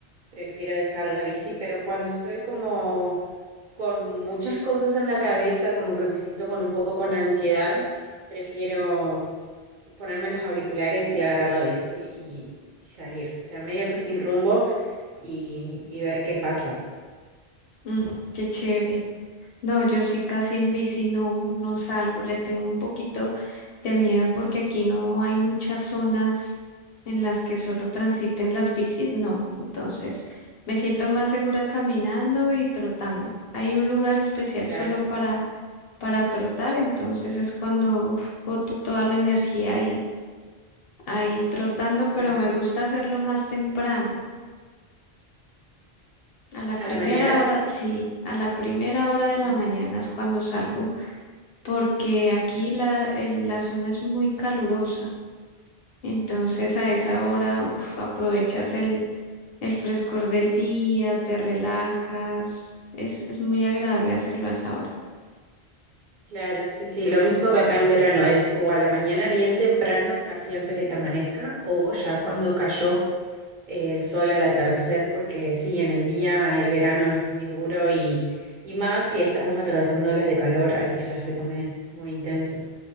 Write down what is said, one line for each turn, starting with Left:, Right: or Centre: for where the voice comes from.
Right: prefiero dejar la bici, pero cuando estoy como con muchas cosas en la cabeza, como que me siento con un poco con ansiedad, prefiero ponerme los auriculares y agarrar la bici y, y salir. O sea, medio que sin rumbo y, y ver qué pasa.
Left: Mm, qué chévere. No, yo sí casi en bici no, no salgo, le tengo un poquito de miedo porque aquí no hay muchas zonas en las que solo transiten las bicis, no. Entonces, me siento más segura caminando y trotando. Hay un lugar especial
Right: Claro,
Left: solo para para trotar, entonces es cuando uf, boto toda la energía ahí trotando, pero
Right: claro.
Left: me gusta hacerlo más temprano. A la primera
Right: ¿A la mañana?
Left: hora, sí, a la primera hora de
Right: Mm,
Left: la mañana es cuando salgo, porque aquí la, el- la zona es muy calurosa. Entonces
Right: mm,
Left: a esa hora, uf, aprovechas el, el frescor del día, te relajas. Es, es muy agradable hacerlo a esa hora.
Right: Claro, sí, sí, lo mismo que acá en verano es o a la mañana bien temprano, casi antes de que amanezca, o ya cuando cayó el sol al atardecer, porque sí, en el día el verano es muy duro y, y más si estamos atravesando olas de calor, ahí ya se pone muy intenso.